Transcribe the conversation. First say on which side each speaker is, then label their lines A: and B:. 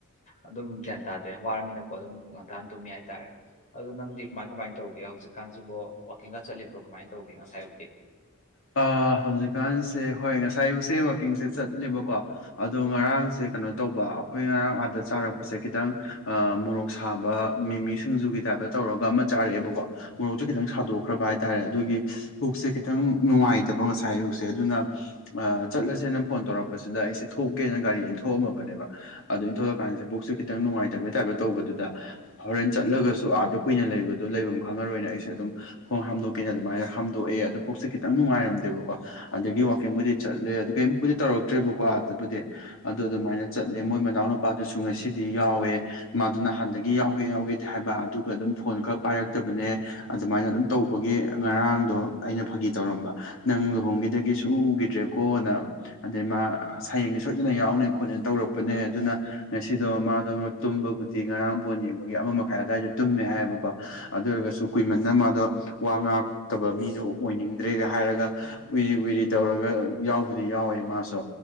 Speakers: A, on the left; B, on the left.
A: ꯑꯗꯨꯝ ꯒ꯭ꯌꯥꯟ ꯇꯥꯗ꯭ꯔꯦ ꯋꯥꯔꯃꯤꯅꯀꯣ ꯑꯗꯨꯝ ꯒ꯭ꯌꯥꯟ ꯇꯥꯅ ꯇꯨꯝꯃꯤ ꯍꯥꯏꯇꯥꯔꯦ ꯑꯗ ꯅꯪꯗꯤ ꯀꯃꯥꯏ ꯀꯃꯥꯏꯅ ꯇꯧꯒꯦ ꯍꯧꯖꯤꯛꯀꯥꯟꯁꯤꯕꯣ ꯋꯥꯋꯀꯤꯡꯒ ꯆꯠꯂꯤꯕ꯭ꯔꯣ ꯀꯃꯥꯏꯅ ꯇꯧꯒꯦ ꯉꯁꯥꯏ ꯍꯧꯛꯇꯤ
B: ꯑ ꯍꯧꯖꯤꯛꯀꯥꯟꯁꯦ ꯍꯣꯏ ꯉꯁꯥꯏꯁꯦ ꯋꯥꯛꯀꯤꯡꯁꯦ ꯆꯠꯂꯤꯦꯕꯀꯣ ꯑꯗꯣ ꯉꯔꯥꯡꯁꯦ ꯀꯩꯅꯣ ꯇꯧꯕ ꯑꯩꯈꯣꯏ ꯉꯔꯥꯡ ꯑꯥꯗ ꯆꯥꯔꯛꯄꯁꯦ ꯈꯤꯇꯪ ꯃꯣꯔꯣꯛ ꯁꯥꯕ ꯃꯤꯃꯤꯁꯤꯡꯖꯨ ꯈꯤꯇꯪ ꯞ ꯇꯧꯔꯒ ꯑꯃ ꯆꯥꯔꯛꯑꯦꯕꯀꯣ ꯃꯣꯔꯣꯛꯁꯦ ꯈꯤꯇꯪ ꯁꯥꯗꯣꯛꯈ꯭ꯔꯕ ꯍꯥꯏꯇꯥꯔꯦ ꯑꯗꯨꯒꯤ ꯄꯨꯛꯁꯦ ꯈꯤꯇꯪ ꯅꯨꯡꯉꯥꯏꯇꯕ ꯉꯁꯥꯏ ꯑꯌꯨꯁꯦ ꯑꯗꯨꯅ ꯆꯠꯂꯁꯦꯅ ꯐꯣꯟ ꯇꯧꯔꯛꯄꯁꯤꯗ ꯑꯩꯁꯦ ꯊꯣꯛꯀꯦꯅ ꯒꯥꯔꯤꯅꯤ ꯏꯟꯊꯣꯛꯑꯝꯃꯕꯅꯦꯕ ꯑꯗꯣ ꯏꯟꯊꯣꯛꯂꯛꯑꯀꯥꯟꯗꯁꯦ ꯄꯨꯛꯁꯦ ꯈꯤꯇꯪ ꯅꯨꯡꯉꯥꯏꯇꯕꯩ ꯇꯥꯏꯞꯇ ꯇꯧꯕꯗꯨꯗ ꯍꯣꯔꯦꯟ ꯆꯠꯂꯒꯁꯨ ꯁꯨ ꯑꯥꯗ ꯀꯨꯏꯅ ꯂꯩꯕꯗꯣ ꯂꯩꯐꯝ ꯈꯪꯉꯔꯣꯏꯅ ꯑꯩꯁꯦ ꯑꯗꯨꯝ ꯈꯣꯡ ꯍꯥꯝꯗꯣꯛꯀꯦꯅ ꯑꯗꯨꯃꯥꯏꯅ ꯍꯥꯝꯗꯣꯛꯑꯦ ꯑꯗꯨ ꯁꯦ ꯈꯤꯇꯪ ꯅꯨꯡꯉꯥꯏꯔꯝꯗꯦꯕꯀꯣ ꯑꯗꯒꯤ ꯋꯥꯋꯥꯛꯀꯤꯡꯕꯨꯗꯤ ꯆꯠꯂꯦ ꯑꯗꯨ ꯀꯩꯝꯕꯨꯗꯤ ꯇꯧꯔꯛꯇ꯭ꯔꯦꯕꯀꯣ ꯍꯥꯛꯛꯇꯕꯨꯗꯤ ꯑꯗꯨ ꯑꯗꯨꯃꯥꯏꯅ ꯆꯠꯂꯦ ꯃꯣꯏ ꯃꯅꯥꯎ ꯅꯨꯨꯄꯥꯗꯨꯁꯨ ꯉꯁꯤꯗꯤ ꯌꯥꯎꯋꯦ ꯃꯥꯗꯨ ꯅꯍꯥꯟꯗꯒꯤ ꯌꯥꯎꯒꯦ ꯌꯥꯎꯒꯦꯗꯤ ꯍꯥꯏ ꯑꯗꯨꯒ ꯑꯗꯨꯝ ꯐꯣꯟ ꯈ ꯄꯥꯏꯔꯛꯇꯕꯅꯦ ꯑꯗꯨꯃꯥꯏꯅ ꯑꯗꯨꯝ ꯇꯧꯕꯒꯤ ꯉꯔꯥꯡꯗꯣ ꯑꯩꯅ ꯐꯥ ꯇꯧꯔꯝꯕ ꯅꯪ ꯂꯨꯍꯣꯡꯒꯤꯗꯒꯤ ꯁꯨꯈꯤꯗ꯭ꯔꯦꯀꯣꯅ ꯑꯗꯩ ꯃꯥ ꯁꯌꯦꯡꯗ ꯁꯣꯏꯗꯅ ꯌꯥꯎ ꯅ ꯈꯣꯠꯅ ꯇꯧꯔꯛꯄꯅꯦ ꯑꯗꯨꯅ ꯉꯁꯤꯗꯣ ꯃꯥꯗꯣ ꯇꯨꯝꯕꯕꯨꯗꯤ ꯉꯔꯥꯡ ꯄꯣꯟ ꯌꯦꯡꯕꯒꯤ ꯑꯃ ꯃꯈ ꯨꯝꯃꯦ ꯍꯥꯏꯕꯀꯣ ꯑꯗꯨ ꯑꯣꯏꯔ ꯀꯨ ꯋꯥ ꯉꯇꯕ ꯃꯤ ꯑꯣꯏꯅꯤꯡ ꯇ꯭ꯔꯦꯒ ꯍꯥꯏꯔꯒ ꯎꯏꯔꯤ ꯎꯏꯔꯤ ꯇꯧꯔꯒ ꯌꯥꯎꯕꯗꯤ ꯌꯥꯎꯋꯦ ꯃꯥꯁꯨ